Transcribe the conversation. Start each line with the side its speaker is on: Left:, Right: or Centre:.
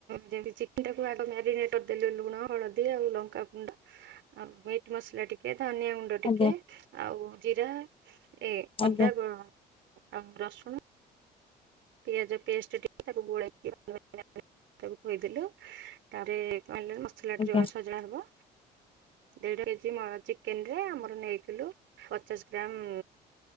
Right: ଯେମିତି ଚିକେନଟାକୁ ଆଗ ମାରିନେଟ କରିଦେଲି ଲୁଣ, ହଳଦୀ ଆଉ ଲ କା ଗୁଣ୍ଡ ଆଉ ମିଟ୍ ମସଲା ଟିକେ, ଧନିଆ ଗୁ ଡ ଟିକେ
Left: ଆଜ୍ଞା
Right: ଆଉ ଜିରା ଏ
Left: ଆଜ୍ଞା
Right: ଅଦା ଗ ଆଉ ରସୁଣ ପିଆଜ ପେଷ୍ଟ ଟିକେ ତାକୁ ଗୋଳେଇ ତାକୁ ଧୋଇ ଦେଲୁ ତାପରେ କ ସିଲଟ
Left: ଆଜ୍ଞା
Right: ଯୋଳେ ସଜଡା ହବ, ଦେଢ କେଜି ଚିକେନ ରେ ଆମର ଥିଲୁ ପଚାଶ ଗ୍ରାମ